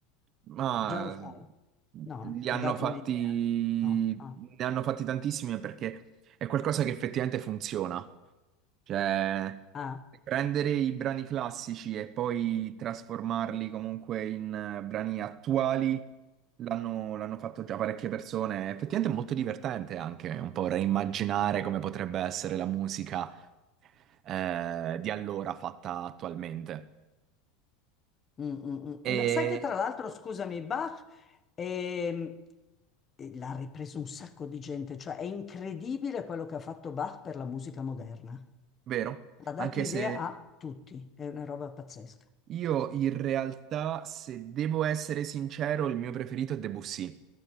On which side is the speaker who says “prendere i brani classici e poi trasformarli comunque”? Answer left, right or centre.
Right